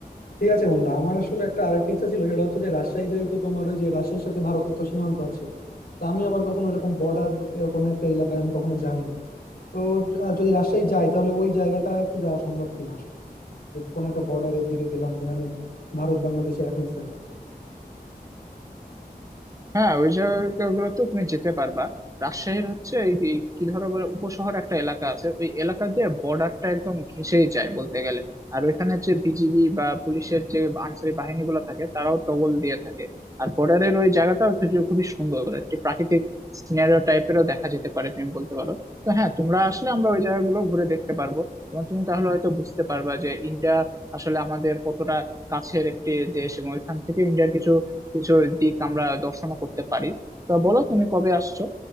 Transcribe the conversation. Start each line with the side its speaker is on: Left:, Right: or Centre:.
Left: ঠিক আছে বন্ধু আমার আসলে একটা আরেকটা ইচ্ছা ছিল সেটা হচ্ছে যে রাজশাহী যেহেতু তোমার ওই যে রাজশাহীর সাথে ভারতের তো সীমান্ত আছে তা আমি আবার কখনো এরকম বর্ডার এরকম একটা এলাকায় আমি কখনো যাই নাই তো য- আহ যদি রাজশাহী যাই তাহলে ওই জায়গাটা একটু যাওয়া সম্ভব কিনা আসলে যে কোনো একটা বর্ডারের দিকে গেলাম যেখানে ভারত বাংলাদেশে এক হয়েছে
Right: হ্যাঁ ওই জায়গাগুলো তো তুমি যেতে পারবা রাজশাহীর হচ্ছে এই এই কি ধরো বলে উপশহর একটা এলাকা আছে ওই এলাকা দিয়ে বর্ডারটা একদম ঘেঁষেই যায় বলতে গেলে আর ওইখানে হচ্ছে বিজিবি বা পুলিশের যে আনসারি বাহিনীগুলো থাকে তারাও টগল দিয়ে থাকে আর বর্ডারের ওই জায়গাটাও কিছু খুবই সুন্দর একটি প্রাকৃতিক সিনারিও টাইপেরও দেখা যেতে পারে তুমি বলতে পারো তো হ্যাঁ তোমরা আসলে আমরা ওই জায়গাগুলো ঘুরে দেখতে পারবো এবং তুমি তাহলে হয়তো বুঝতে পারবা যে ইন্ডিয়া আসলে আমাদের কতটা কাছের একটি দেশ এবং এখান থেকে ইন্ডিয়ার কিছু কিছু দিক আমরা দর্শনও করতে পারি তা বলো তুমি কবে আসছো